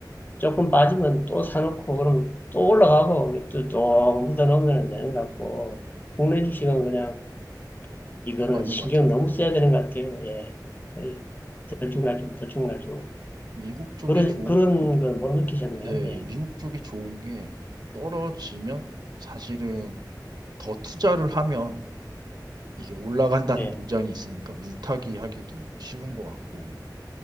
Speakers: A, on the left; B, on the right.
A: 조금 빠지면 또 사놓고 그럼 또 올라가고 또 쭉 묻어놓으면 되는 것 같고 국내 주식은 그냥 이거는
B: 맞는
A: 신경
B: 것 같아요.
A: 너무 써야 되는 것 같아요. 예. 예, 들쭉날쭉,
B: 그
A: 들쭉날쭉.
B: 미국 쪽이
A: 그런,
B: 좋,
A: 그런 거 못 느끼셨나요?
B: 네,
A: 예,
B: 미국 쪽이 좋은 게 떨어지면 사실은 더 투자를 하면 이게 올라간다는
A: 예,
B: <laughs> 보장이 있으니까 물타기 하기도 쉬운 것 같고